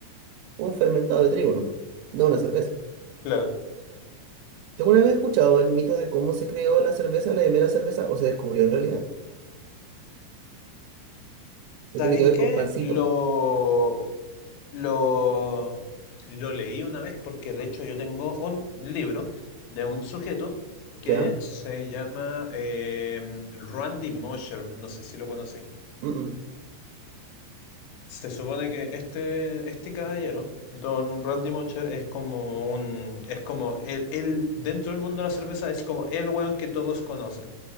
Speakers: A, on the right (about 80°); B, on the left (about 80°).
A: un fermentado de trigo nomás, no una cerveza.
B: Claro.
A: ¿Tú alguna vez has escuchado el mito de cómo se creó la cerveza, la primera cerveza, o se descubrió en realidad? Que
B: ¿Sabéis
A: tiene que ver
B: qué?
A: con pancito.
B: Lo, lo, lo leí una vez porque de hecho yo tengo un libro de un sujeto que
A: ¿Ya?
B: se llama em, Randy Mosher, no sé si lo conocí.
A: Mm-mm.
B: Se supone que este, este caballero, Don Randy Mocher, es como un... Es como él, él, dentro del mundo de la cerveza, es como el weón que todos conocen.